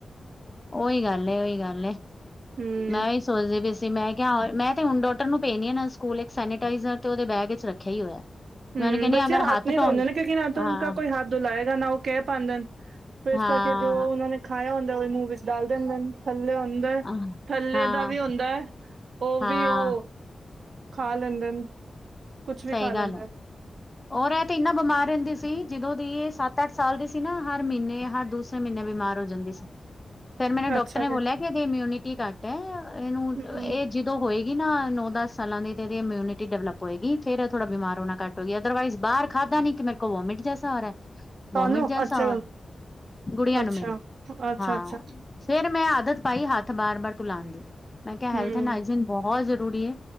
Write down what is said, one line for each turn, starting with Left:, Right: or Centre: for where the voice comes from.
Left: ਉਹੀ ਗੱਲ ਏ, ਉਹੀ ਗੱਲ ਏ
Right: ਹਮ
Left: ਮੈਂ ਹੀ ਸੋਚਦੇ ਪੀ ਸੀ ਮੈਂ ਕਿਹਾ ਮੈਂ ਤੇ ਹੁਣ ਡੋਟਰ ਨੂੰ ਪੇਣੀ ਆ ਨਾ ਸਕੂਲ ਇੱਕ ਸੈਨਟਾਈਜ਼ਰ ਤੇ ਉਹਦੇ ਬੈਗ ਵਿੱਚ ਰੱਖਿਆ ਹੀ ਹੋਇਆ।
Right: ਹਮ
Left: ਮੈਂ ਉਹਨੂੰ ਕਹਿੰਦੀ
Right: ਬੱਚੇ
Left: ਅਗਰ
Right: ਹੱਥ ਨੀ
Left: ਧੋਣ
Right: ਤੋਂਦੇ ਨੇ ਕਿਉਂਕਿ ਨਾ ਤਾਂ
Left: ਹਾਂ
Right: ਉਨਕਾ ਕੋਈ ਹੱਥ ਦੁਲ ਲਏਗਾ ਨਾ ਉਹ ਕਹਿ ਪਾਂਦੇ ਨ। ਫੇਰ ਇਸ
Left: ਹਾਂ,
Right: ਕਰਕੇ ਜੋ ਉਹਨਾ ਨੇ ਖਾਇਆ ਹੁੰਦਾ ਉਹ ਮੂੰਹ ਵਿੱਚ ਡਲ ਦਿੰਦੇ ਨ। ਥੱਲੇ ਹੁੰਦਾ
Left: ਅਹ,
Right: ਥੱਲੇ
Left: ਹਾਂ,
Right: ਦਾ ਵੀ ਹੁੰਦਾ ਹੈ ਉਹ
Left: ਹਾਂ
Right: ਵੀ ਉਹ ਖਾ ਲੈਂਦੇ ਨੇ। ਕੁਛ ਵੀ
Left: ਸਹੀ
Right: ਖਾ ਲੈਂਦੇ
Left: ਗੱਲ ਏ। ਔਰ ਇਹ ਤੇ ਇੰਨਾ ਬਿਮਾਰ ਰਹਿੰਦੀ ਸੀ, ਜਦੋਂ ਦੀ ਇਹ ਸੱਤ- ਅੱਠ ਸਾਲ ਦੀ ਸੀ ਨਾ ਹਰ ਮਹੀਨੇ ਹਰ ਦੂਸਰੇ ਮਹੀਨੇ ਬਿਮਾਰ ਹੋ ਜਾਂਦੀ ਸੀ।
Right: <unintelligible>
Left: ਫਿਰ ਮੈਨੂੰ ਡਾਕਟਰ
Right: ਅੱਛਾ
Left: ਨੇ
Right: ਜੀ
Left: ਬੋਲਿਆ ਕਿ ਇਹਦੀ ਇਮਿਊਨਿਟੀ ਘੱਟ ਹੈ ਇਹਨੂੰ
Right: ਹਮ
Left: ਇਹ ਜਦੋਂ ਹੋਏਗੀ ਨਾ ਨੌ- ਦਸ ਸਾਲਾਂ ਦੀ ਤੇ ਇਹਦੀ ਇਮਿਊਨਿਟੀ ਡਿਵਲਪ ਹੋਏਗੀ। ਫੇਰ ਏਹ ਥੋੜਾ ਬਿਮਾਰ ਹੋਣਾ ਘੱਟ ਹੋ ਗਿਆ, ਅਰਦਰਵਾਈਜ਼ ਬਾਹਰ ਖਾਧਾ ਨ ਕਿ ਮੇਰੇ ਕੋ ਮੋਵੋਿਟ ਜੈਸਾ ਆ ਰਹਾ ਹੈ।
Right: ਤੁਹਾਨੂੰ
Left: ਵੋਮਿਟ ਜੈਸਾ
Right: ਅੱਛਾ,
Left: ਆ ਗੁੜੀਆਂ
Right: ਅੱਛਾ,
Left: ਨੂੰ ਮੇਰੀ
Right: ਅੱਛਾ-ਅੱਛਾ,
Left: ਹਾਂ। ਫੇਰ ਮੈਂ ਆਦਤ ਪਾਈ ਹੱਥ ਬਾਰ- ਬਾਰ ਤੁਲਨਾ ਦੀ, ਮੈਂ ਕਿਹਾ
Right: ਹੂੰ,
Left: ਹੈਲਥ ਨਾ ਆਈਜਿਨ ਬਹੁਤ ਜ਼ਰੂਰੀ ਹੈ,